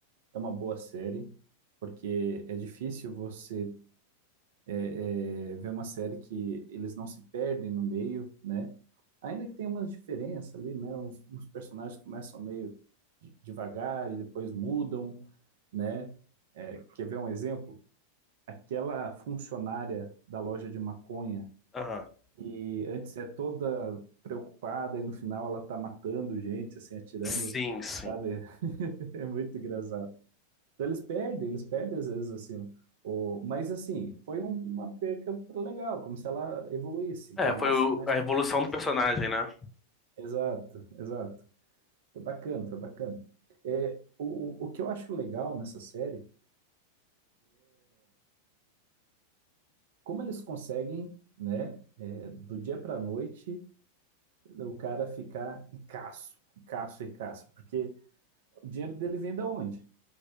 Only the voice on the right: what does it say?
é uma boa série, porque é difícil você é, é, ver uma série que eles não se perdem no meio, né? Ainda que tenha umas diferenças ali, né? Uns, uns personagens começam meio de- devagar e depois mudam, né? É, quer ver um exemplo? Aquela funcionária da loja de maconha
E antes é toda preocupada e no final ela tá matando gente, assim, atirando,
sabe? <laughs> É muito engraçado. Então eles perdem, eles perdem às vezes, assim. O... Mas, assim, foi um- uma perca legal, como se ela evoluísse,
ganhasse
mais
confiança.
Exato, exato. Foi bacana, foi bacana. É, o, o o que eu acho legal nessa série, como eles conseguem, né, é, do dia para noite, o cara ficar ricaço, ricaço, ricaço, porque O dinheiro dele vem da onde?